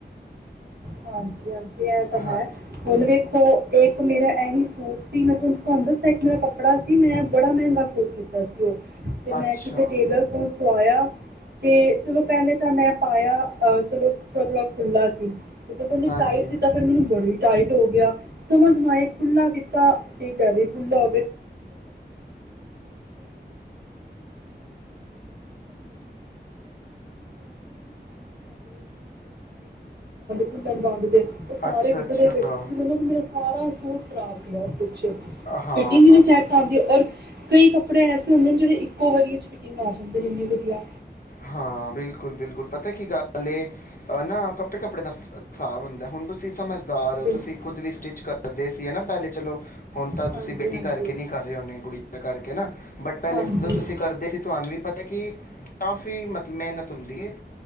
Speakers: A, on the right; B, on the left.
A: ਹਾਂਜੀ -ਹਾਂਜੀ ਕਿਹਾ ਤੇ
B: ਹਾਂ
A: ਹੈ। ਹੋਣਾ ਵੀ ਉਹ ਇੱਕ ਮੇਰਾ ਔਇੰਜ ਸੂਟ ਸੀ। ਮੈਂ ਤੁਹਾਨੂੰ ਦੱਸ ਇੱਕ ਮੇਰਾ ਕੱਪੜਾ ਸੀ। ਮੈਂ ਬੜਾ ਮਹਿੰਗਾ ਸੂਟ ਲਿੱਤਾ ਸੀ। ਉਹ ਤੇ ਮੈਂ
B: ਅੱਛਾ
A: ਕਿਸੇ ਟੇਲਰ ਕੋਲ ਸਵਾਇਆ। ਤੇ ਚਲੋ ਪਹਿਲੇ ਤਾਂ, ਮੈਂ ਪਾਇਆ ਅਹ ਚਲੋ ਥੋੜ੍ਹਾ- ਥੋੜ੍ਹਾ ਖੁੱਲਾ ਸੀ। ਜਦੋਂ ਮੈ
B: ਹਾਂਜੀ
A: ਟਾਈਟ ਕੀਤਾ। ਫਿਰ ਮੈਨੂੰ ਬੜੀ ਟਾਈਟ ਹੋ ਗਿਆ। ਸਮਝ ਨਾ ਆਏ ਖੁੱਲਾ ਕੀਤਾ ਤੇ ਜੈਦਾ ਹੀ ਖੁੱਲਾ ਹੋ ਖੁਲਣ ਬੰਦ ਦੇ ਉਹ ਸਾਰੇ
B: ਅੱਛਾ
A: ਵਿਕਦੇ
B: ਅੱਛਾ
A: ਪਏ ਸੀ। ਤੁਸੀਂ ਮਤਨਬ ਕਿ ਮੇਰਾ ਸਾਰਾ ਸੂਟ ਖਰਾਬ ਪਿਆ ਸੀ।
B: ਹਾਂ
A: ਫਿਟਿੰਗ ਵੀ ਨੀ ਸੈੱਟ ਕਰਦੀ ਰ ਕਈ ਕੱਪੜੇ ਐਸੇ ਹੁੰ ਜਿਹੜੇ ਇੱਕੋ ਵਾਰੀ ਫਟਿੰਗ ਆ ਸਕਦੇ ਨੇ ਇੰਨੀ ਵਧੀਆ
B: ਹਾਂ। ਬਿਲਕੁਲ- ਬਿਲਕੁਲ ਪਤਾ ਕੀ ਗੱਲ ਨਾ ਕੱਪੜੇ -ਕੱਪੜੇ ਦਾ ਹਿਸਾਬ ਹੁੰਦਾ। ਹੁਣ ਤੁਸੀਂ ਸਮਝਦੇ
A: ਬਿਲਕੁਲ
B: ਤੁਸੀਂ ਖੁਦ ਵੀ ਸਟਿਚ ਕਰਦੇ ਸੀ। ਹਨਾ ਪਹਿਲੇ ਚਲੋ, ਹੁਣ ਤਾਂ
A: ਹਾਂਜੀ
B: ਤੁਸੀਂ ਬੇਟੀ
A: ਹਾਂਜੀ
B: ਕਰਕੇ ਨੀ ਕਰ ਰਹੇ ਹੋਦੇ ਗੁੜੀਆਂ ਕਰਕੇ ਬਟ ਪਹਿਲੇ
A: ਹਾਂਜੀ
B: ਜਦੋਂ ਤੁਸੀਂ ਕਰਦੇ ਸੀ। ਤੁਹਾਨੂੰ ਵੀ ਪਤਾ ਕੀ ਕਾਫ਼ੀ ਮਤਲਬ ਮਿਹਨਤ ਹੁੰਦੀ ਹੇ,